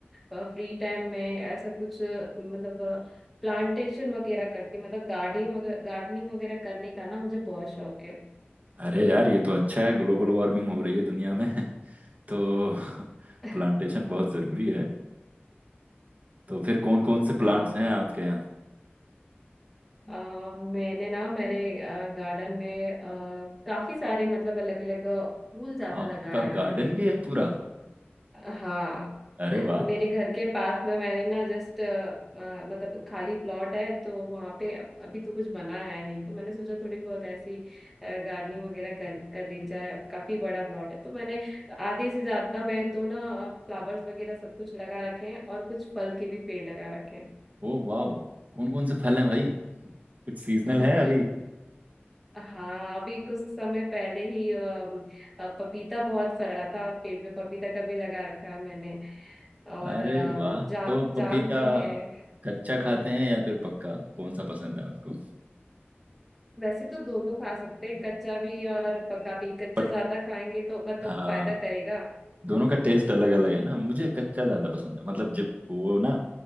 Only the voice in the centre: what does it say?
फ्री टाइम में ऐसा कुछ अ, मतलब प्लांटेशन वगैरह करती मतलब गार्डनिंग वगैरह गार्डनिंग वगैरह करने का ना मुझे बहुत शौक है
<laughs>
हाँ
अ मैंने ना मेरे गार्डन में अ, काफी सारे मतलब अलग अलग फूल ज्यादा
लगाया मैंने
हाँ
मेरे घर के पास में मैंने ना जस्ट मतलब खाली प्लॉट है तो वहां पे अभी तो कुछ बना है नहीं तो मैंने सोचा थोड़ी बहुत ऐसी गार्डनिंग वगैरह कर कर ली जाए काफी बड़ा प्लॉट है तो मैंने आधे से ज्यादा मैं तो ना फ्लावर्स वगैरह सब कुछ लगा रखे हैं और कुछ फल के भी पेड़ लगा रखे
हैं
हाँ अभी कुछ समय पहले ही अम, अ, पपीता बहुत फरा था पेड़ पे पपीता का भी लगा रखा है मैंने और
अम,
जा,
जाम के हैं
हम्म
वैसे तो दोनों खा सकते हैं कच्चा भी और पका भी कच्चा
ज्यादा खाएंगे तो मतलब
फायदा करेगा